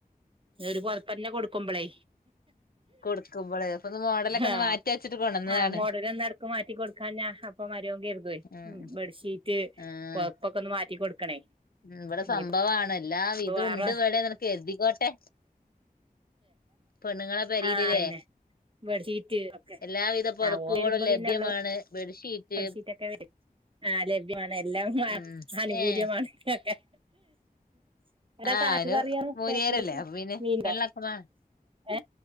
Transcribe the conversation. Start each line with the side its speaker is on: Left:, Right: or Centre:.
Right: ഒരു പൊതപ്പന്നെ കൊടുക്കുമ്പളേ
Left: കൊടുക്കുമ്പോള് അപ്പൊ ഒന്ന് മോഡലൊക്കെ ഒന്ന്
Right: ആഹ്
Left: മാറ്റി വെച്ചിട്ട് കൊണ്ടുവന്നതാണ്
Right: ആഹ് മോഡല് ഒന്ന് ഇടക്ക് മാറ്റി കൊടുക്കാഞ്ഞാ അപ്പൊ മരോൻ കരുതുവേ
Left: ഉം
Right: ഉം ബെഡ്ഷീറ്റ്
Left: ആഹ്
Right: പൊതപ്പൊക്കെ ഒന്ന് മാറ്റി കൊടുക്കണേ
Left: ഇവിടെ
Right: ഇനിയിപ്പോ
Left: സംഭവമാണ് എല്ലാവിധം
Right: വേറെ
Left: ഉണ്ട് ഇവിടെ നിനക്ക് കരുതിക്കോട്ടെ പെണ്ണുങ്ങളെ പെരയിലില്ലേ
Right: ആഹ് അതന്നെ ബെഡ്ഷീറ്റ് ഒക്കെ
Left: എല്ലാവിധ പുതപ്പുകളും
Right: ആഹ് ഓൻ വരുമ്പോ
Left: ലഭ്യമാണ്
Right: പിന്നെ ഉള്ള
Left: ബെഡ്ഷീറ്റ്
Right: ബെഡ്ഷീറ്റ് ഒക്കെ ആഹ് ലഭ്യമാണ് എല്ലാം
Left: ഉം
Right: അനുകൂല്യമാണ്
Left: ഏഹ്
Right: ഒക്കെ എടാ
Left: ആഹ്
Right: കാക്ക
Left: ഒരു
Right: കറിയാ
Left: മൂലിയേരല്ലേ
Right: രാത്രിക്ക്
Left: അപ്പൊ പിന്നെ
Right: മീൻണ്ടോ
Left: വെള്ളക്കമാ
Right: ഏ